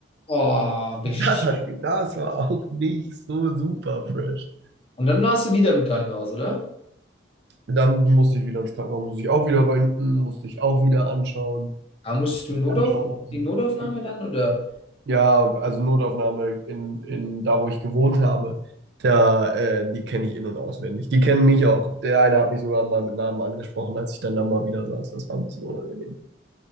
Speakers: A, on the left; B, on the right.
A: Oh, besch.
B: das hat, das war auch nicht so super fresh.
A: Und dann warst du wieder im Krankenhaus, oder?
B: Dann musste ich wieder ins Krankenhaus, musste ich auch wieder röntgen, musste ich auch wieder anschauen,
A: Aber musstest du Notauf
B: anschauen. ob sie
A: die Notaufnahme dann? Oder
B: Ja, also Notaufnahme in, in da, wo ich gewohnt habe, da, äh, die kenne ich in- und auswendig. Die kennen mich auch. Der eine hat mich sogar mal mit Namen angesprochen, als ich dann da mal wieder saß. Das war ein bisschen unangenehm.